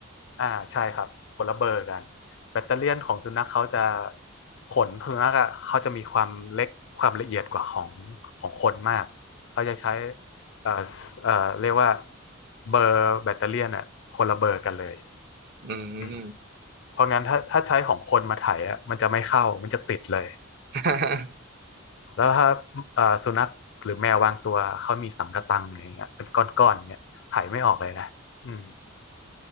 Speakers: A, on the left; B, on the right.
A: อ่าใช่ครับคนละเบอร์กันแบตเตอเลียนของสุนัขเขาจะขนสุนัขอะเขาจะมีความเล็กความละเอียดกว่าของของคนมากเขาจะใช้เอ่อเอ่อเรียกว่าเบอร์แบตเตอเลียนอ่ะคนละเบอร์กันเลย
B: อืม
A: อืมเพราะงั้นถ้าถ้าใช้ของคนมาไถอ่ะมันจะไม่เข้ามันจะติดเลย
B: <laughs>
A: แล้วถ้าเอ่อสุนัขหรือแมวบางตัวเขามีสังกะตังอย่างเงี้ยเป็นก้อนๆเนี่ยไถไม่ออกเลยนะอืม